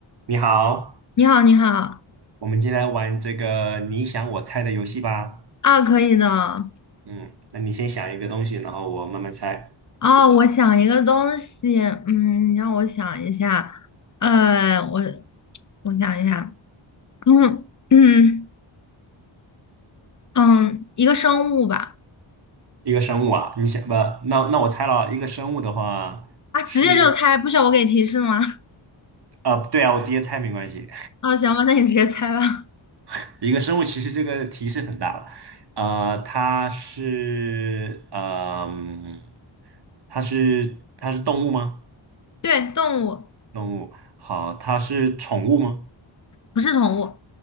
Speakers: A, on the right; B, on the left.
A: 你好，
B: 你好，你好
A: 我们今天来玩这个你想我猜的游戏吧。
B: 啊，可以的。
A: 嗯，那你先想一个东西，然后我慢慢猜。
B: 哦，我想一个东西，嗯，你让我想一下，呃，我我想一下，嗯嗯嗯，一个生物吧，
A: 一个生物啊，你想不？那那我猜了，一个生物的话是，
B: 啊，直接就猜，不需要我给提示吗？
A: 呃，对啊，我直接猜没关系。
B: <laughs> 啊，行吧，那你直接猜吧。
A: <laughs> 一个生物其实这个提示很大了，呃，它是，嗯、它是它是动物吗？
B: <laughs> 对，动物
A: 动物，好，它是宠物吗？
B: 不是宠物，